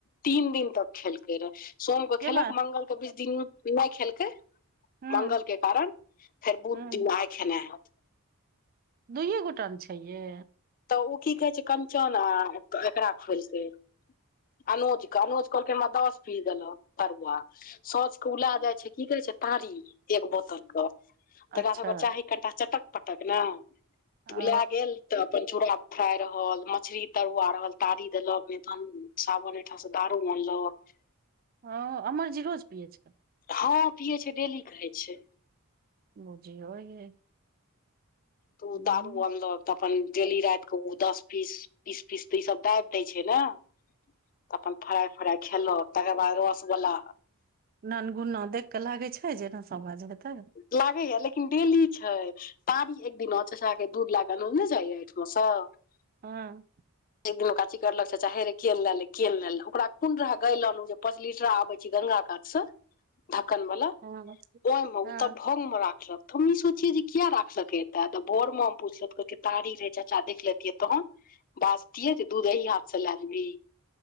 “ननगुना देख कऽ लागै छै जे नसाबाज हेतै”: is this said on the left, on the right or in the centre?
Right